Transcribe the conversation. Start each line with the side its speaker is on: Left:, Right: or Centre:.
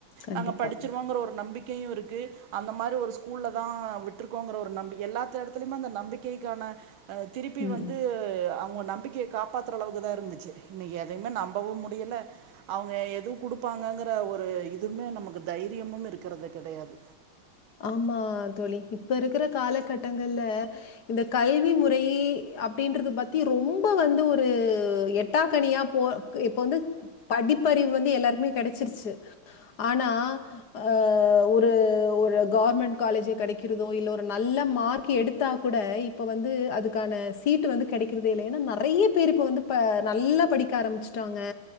Left: கண்டிப்பா.
Right: நாங்க படிச் சிருவோ ஒரு நம்பிக்கையு இருக்கு அந்த மாரி ஒரு ஸ்கூல்லதா விட்டுருக்கோங்கற ஒரு நம்பிக்கை எல்லாத்த எடத்தலுமே அந்த நம்பிக்கை வந்தோன திருப்பி
Left: ம்.
Right: வந்து அவுங்க நம்பிக்கை காப்பாத்துற அளவுக்கு தா இருந்துச்சு இன்னைக்கி எதையுமே நம்பவு முடியல அவுங்க எதுவு குடுப்பாங்கங்கற ஒரு இதுமே நமக்கு தைரியமும் இருக்கறது கெடையாது
Left: ஆமா தோழி இப்ப இருக்கற காலகட்டங்கள்ல இந்த கல்வி முறை அப்டின்றது பத்தி ரொம்ப வந்து ஒரு எட்டாக்கனியா போ இப்ப வந்து படிப்பறிவு வந்து எல்லாருக்மே கெடைச்சிருச்சி ஆனா ஆ ஒரு ஒரு கவர்மெண்ட் காலேஜ் கெடைக்கிறதோ இல்ல ஒரு நல்ல மார்க் எடுத்தா கூட இப் இப்ப வந்து அதுக்கான சீட் வந்து கெடைக்கறதே இல்ல ஏன்னா நெறைய பேரு இப்ப வந்து நல்லா படிக்க ஆரம்பிச் ட்டாங்க